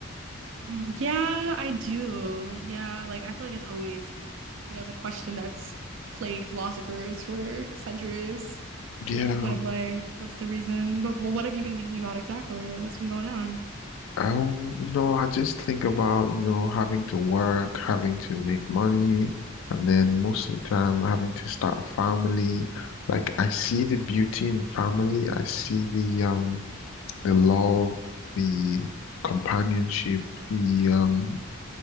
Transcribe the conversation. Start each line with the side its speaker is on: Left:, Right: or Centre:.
Right: Mm, Yeah, I do. Yeah, like I feel like it's always, you know, it's a question that's plagued philosophers for centuries. So
Left: Yeah.
Right: what is the point of life? What's the reason? But, but what have you been thinking about exactly? Like what's been going on?
Left: Um, you know, I just think about, you know, having to work, having to make money, and then
Right: Hmm.
Left: most of the time having to start a family. Like I see the beauty in family. I see the um the love, the companionship, the um